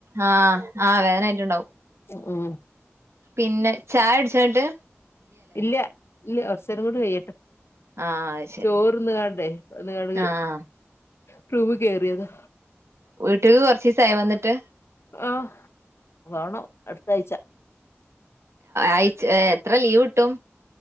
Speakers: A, on the right; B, on the left.
A: ആഹ് ആ വേനായിട്ടുണ്ടാവും.
B: ഉം ഉം.
A: പിന്നെ ചായകുടിച്ചൊ ഇന്ന്ട്ട്.
B: ഇല്ല്യ ഇല്ല്യ കൊർച്ചേരം കൂടി കെയ്യട്ടെ.
A: ആഹ് അത് ശരി
B: ചോറ്ന്ന്ങ്ങാണ്ടേ വന്ന് ങ്ങാണ്ട്.
A: ആഹ്
B: പ്രൂവ് കേറിയതാ.
A: വീട്ടിക്ക് കൊറച്ചീസായോ വന്നിട്ട്
B: ആ വാണം അടുത്ത ആഴ്ച.
A: ആയ്ച്ച ഏ എത്ര ലീവ്ട്ടും.